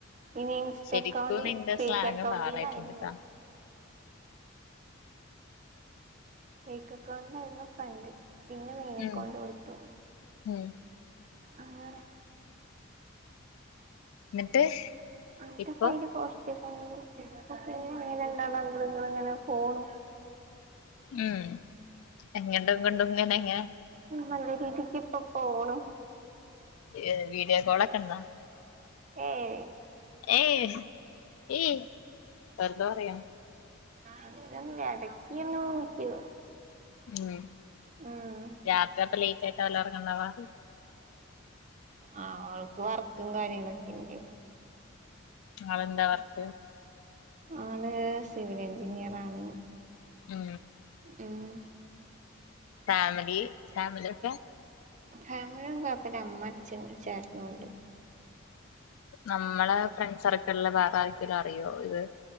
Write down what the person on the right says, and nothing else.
ഇനി ഇൻസ്റ്റ
അക്കൗണ്ട്
ഫേക്ക്
അക്കൗണ്ടീന്നായിരുന്നു
ഫേക്ക് അക്കൗണ്ടിലായിരുന്നു ഫ്രണ്ട് പിന്നെ മെയിൻ
അക്കൗണ്ട് കൊടുത്തു
അങ്ങനെ
<unintelligible>
ഉം നല്ല രീതിക്കിപ്പോ പോണു
എയ്
അങ്ങനെന്നുല്ല ഇടക്ക് ന്ന് വിളിക്കും
ഉം
ആ അവൾക്ക് വർക്കും കാര്യങ്ങളൊക്കെണ്ട്
ആള് സിവിൽ എൻജിനിയറാണ്
ഉം
ഫാമിലിഒന്നും കൊയപ്പല്ല അമ്മ അച്ഛൻ ചേട്ടനും ണ്ട്